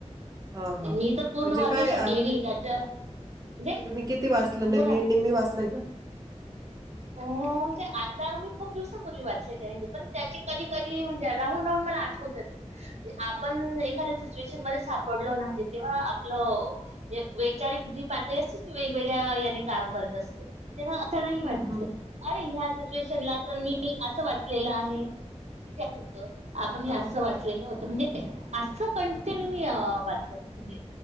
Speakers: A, on the right (about 30°); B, on the right (about 70°).
A: हा हा
B: मी
A: ह
B: तर पूर्ण
A: म्हणजे
B: वाचू
A: काय अ,
B: शकले नाही त्याच्या म्हणजे
A: तुम्ही किती वाचलं नाही,
B: बोला
A: मी
B: ना.
A: निम्मी वाचलंय का?
B: हो. म्हणजे आता मी खूप दिवसांपूर्वी वाचलंय, ते म्हणजे पण त्याचे कधी कधी म्हणजे राहून राहून मला आठवतं ते. म्हणजे आपण एखाद्या सिच्युएशन मध्ये सापडलो ना, तेव्हा आपलं म्हणजे वैचारिक जी पातळी असते, ती वेगवेगळ्या याने काम करत असते. तेव्हा आश्चर्यही
A: हम्म
B: वाटतं.
A: हम्म
B: अरे ह्या सिच्युएशनला तर मी असं वाचलेलं आहे, कि काय होतं? आपणही
A: हा
B: असं वाच लेलं होतं, म्हणजे असं कंटिंन्यू नाही मी वाचलं. म्हणजे